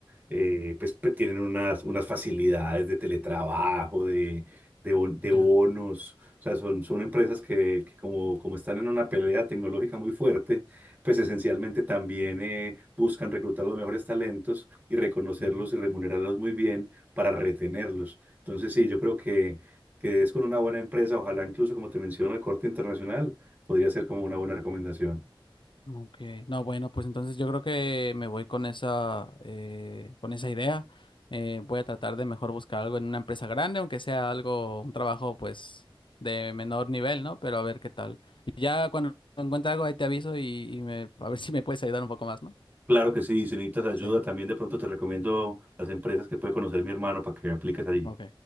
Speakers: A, on the right (about 20°); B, on the left (about 65°).
A: eh, pues pe- tienen unas, unas facilidades de teletrabajo, de, de, bon- de bonos,
B: ya.
A: o sea, son, son empresas que, que como, como están en una pelea tecnológica muy fuerte, pues esencialmente también eh, buscan reclutar los mejores talentos y reconocerlos
B: Mm,
A: y remunerarlos muy bien para retenerlos. Entonces, sí, yo creo que, que es con una buena empresa, ojalá incluso, como te menciono, el corte internacional, podría ser como una buena recomendación.
B: Ok, no, bueno, pues entonces yo creo que me voy con esa, eh, con esa idea. Eh, voy a tratar de mejor buscar algo en una empresa grande, aunque sea algo, un trabajo pues de menor nivel, ¿no? Pero a ver qué tal. Y ya cuando encuentre algo ahí te aviso y, y me, a ver <laughs> si me puedes ayudar un poco más, ¿no?
A: Claro que sí, si necesitas ayuda,
B: Sí,
A: también de pronto te recomiendo las empresas que puede conocer mi hermano para que apliques allí.
B: ok.